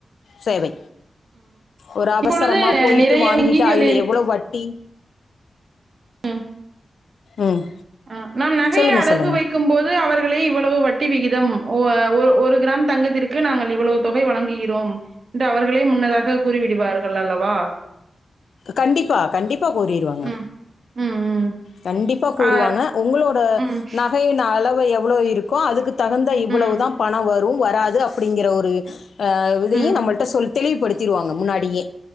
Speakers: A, on the left; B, on the right.
A: சேவை ஒரு அவசரமா
B: இப்பொழுது
A: போயிட்டு
B: நிறைய
A: வாங்கிட்டு
B: வங்கிகளில்
A: அதுல எவ்வுளோ வட்டி
B: ம்
A: ம்
B: ஆ நாம் நகைய
A: சொல்லுங்கள்
B: அடகு
A: சொல்லுங்கள்
B: வைக்கும் போது அவர்களே இவ்வளவு வட்டி விகி தம் ஒ ஆ ஒ ஒரு ஒரு கிராம் தங்கத்திற்கு நாங்கள் இவ்வளவு தொகை வழங்குகிறோம் என்று அவர் களே முன்னதாக கூறிவிடுவார்கள் அல்லவா
A: கண்டிப்பா கண்டி ப்பா கூறிருவாங்க
B: ம், ம், ம்.
A: கண்டிப்பா
B: அ,
A: கூறுவாங்க உங்களோட
B: ம்,
A: நகையின் அளவு எவ்ளோ இருக்கோ அதுக்கு தகுந்த இவ்வுளவுதா
B: ம்,
A: பணோ வரும் வராது அப்டிங்கிற ஒரு ஆ இதையும்
B: ம்,
A: நம்மள்ட்ட சொல் தெளிவுப்படுத்திருவாங்க முன்னாடியே